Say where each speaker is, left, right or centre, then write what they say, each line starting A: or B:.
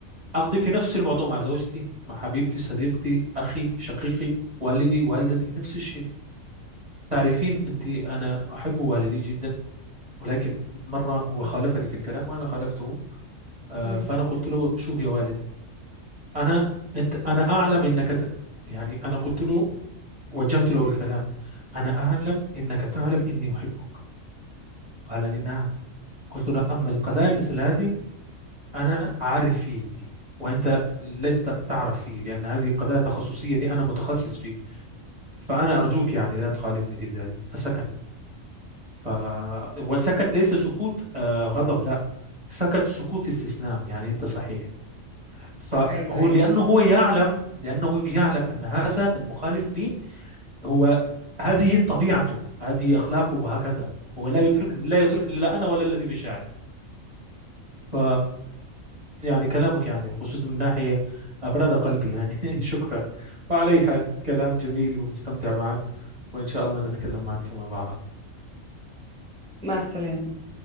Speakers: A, on the right; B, in the centre.
A: أغضب في نفس الموضوع مع زوجتي مع حبيبتي صديقتي أخي شقيقي والدي والدتي نفس الشيء تعرفين أنت أنا أحب والدي جدا ولكن مرة هو
B: اه
A: خالفني في الكلام وأنا خالفته آه،
B: امم
A: فأنا قلت له شوف يا والد أنا أنت أنا أعلم أنك ت... يعني أنا قلت له وجهت له الكلام أنا أعلم أنك تعلم أني أحبك قال لي نعم قلت له أما القضايا مثل هذه أنا عارف فيه وأنت لست تعرف فيه لأن هذه قضايا تخصصية لي أنا متخصص فيه فأنا أرجوك يعني لا تخالفني في ذلك فسكت ف... وسكت ليس سكوت آه، غضب لا سكت سكوت استسلام يعني انت صحيح فهو
B: ايوه ايوه
A: لانه هو يعلم لانه يعلم ان هذا المخالف لي هو هذه طبيعته هذه اخلاقه هكذا هو لا يتركني لا يتركني لا انا ولا الذي في الشارع ف يعني كلامك يعني خصوصا من ناحيه ابرد قلبي يعني <laughs> شكرا وعلى أي حال كلام جميل ومستمتع معك وان شاء الله نتكلم معك فيما بعد
B: مع السلامة